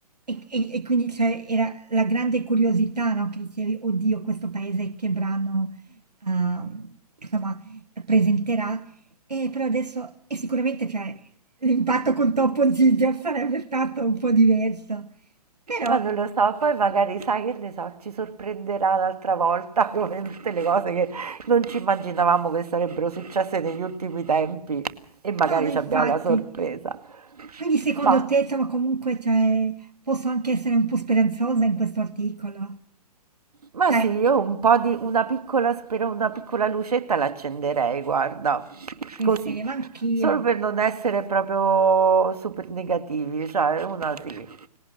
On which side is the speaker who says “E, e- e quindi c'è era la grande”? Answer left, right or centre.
Right